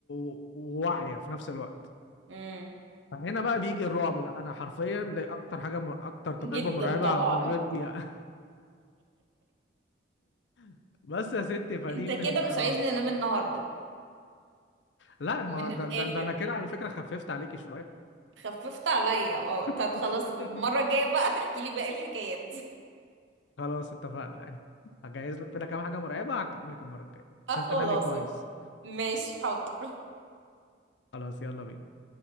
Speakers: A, on the left; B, on the right.
A: و- وواعيه في نفس الوقت
B: امم
A: فهنا بقى بيجي الرعب بقى انا حرفيا دي اكتر حاجه مر... اكتر تجربه
B: جدا
A: مرعبه
B: طبعا
A: مريت
B: <laughs>
A: بيها <laughs> بس يا ستي فدي
B: انت
A: من
B: كده مش
A: اه
B: عايزني انام النهارده
A: لا
B: من
A: ما ده,
B: الاخر
A: ده, ده انا كده على فكره خففت عليكي شويه
B: خففت عليا اه طب
A: <laughs>
B: خلاص المرة الجاية بقى تحكي لي باقي الحكايات
A: خلاص اتفقنا هجهز لك كده كام حاجه مرعبه هكمل لك المره الجايه
B: <laughs> اه
A: عشان
B: خلاص
A: تنامي كويس
B: اوكي ماشي حاضر
A: خلاص يلا بينا